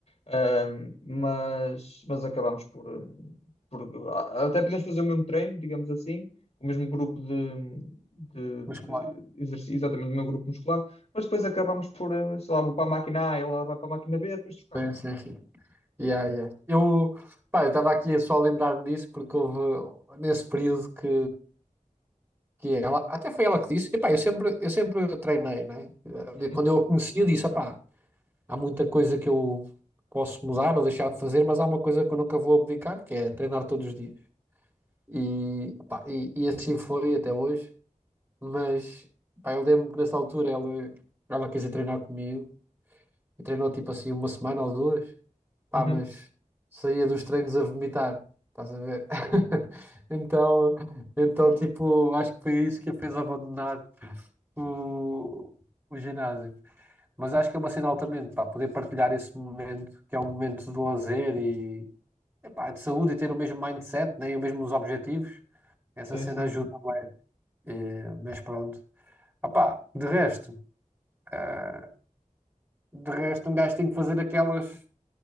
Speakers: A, on the left; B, on the right.
A: Ahm, mas, mas acabamos por, porque a- até podemos fazer o mesmo treino, digamos assim, o mesmo grupo de, de,
B: Mas claro.
A: de exercício, exatamente o mesmo grupo muscular, mas depois acabamos por, eh, sei lá, vou para a máquina A, ela vai para a máquina B, depois trocamos.
B: Sim, sim, sim. Yeah, yeah. Eu, pá, eu estava aqui só a lembrar-me disso porque houve nesse período que que ela, até foi ela que disse, epá, eu sempre, eu sempre treinei, né?
A: Uhum,
B: De- Quando eu a conheci, eu disse, epá, há muita coisa que eu posso mudar ou deixar de fazer, mas há uma coisa que eu nunca vou abdicar, que é treinar todos os dias. E, pá, e, e assim foi até hoje, mas epá, eu lembro que nessa altura ela, ela quis ir treinar comigo, e treinou tipo assim uma semana ou duas, pá,
A: uhum,
B: mas saía dos treinos a vomitar, estás a ver? <laughs> Então, então, tipo, acho que foi isso que a fez abandonar o, o ginásio. Mas acho que é uma cena altamente, pá, poder partilhar esse momento, que é um momento de lazer e epá, de saúde e ter o mesmo mindset, né, e os mesmos objetivos. Essa
A: Sim,
B: cena
A: sim.
B: ajuda. Eh, mas pronto. Ah, pá, de resto, eh, de resto, um gajo tem que fazer aquelas,